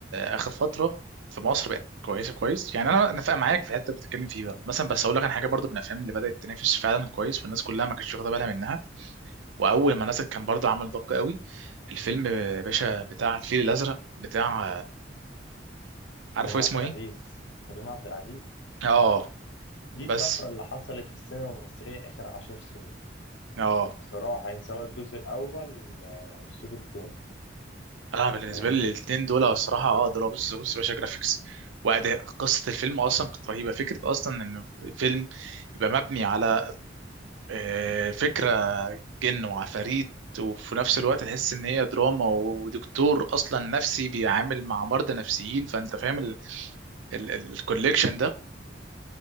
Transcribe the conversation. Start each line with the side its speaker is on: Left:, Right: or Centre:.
Right: اخر فتره في مصر بقت كويسه كويس يعني انا نفق معاك في الحته اللي بتتكلم فيه ده مثلا بس اقول لك عن حاجه برضو من الافلام اللي بدات تنافس فعلا كويس والناس كلها ما كانتش واخده بالها منها واول ما نزل كان برضو عمل ضجه قوي الفيلم باشا بتاع الفيل الازرق بتاع عارفه
Left: كريم عبد
Right: اسمه
Left: العزيز
Right: ايه
Left: كريم عبد العزيز
Right: اه
Left: دي
Right: بس
Left: الطفرة اللي حصلت في السينما المصرية آخر عشر سنين
Right: اه
Left: بصراحة يعني سواء الجزء الأول آه، أو الجزء التاني
Right: انا بالنسبه
Left: فاهمني؟
Right: لي الاثنين دول هو الصراحه اه دول بص بص يا باشا جرافيكس واداء قصه الفيلم اصلا كانت رهيبه فكره اصلا ان فيلم يبقى مبني على آه، فكره جن وعفاريت وفي نفس الوقت تحس ان هي دراما ودكتور اصلا نفسي بيعامل مع مرضى نفسيين فانت فاهم الكوليكشن ده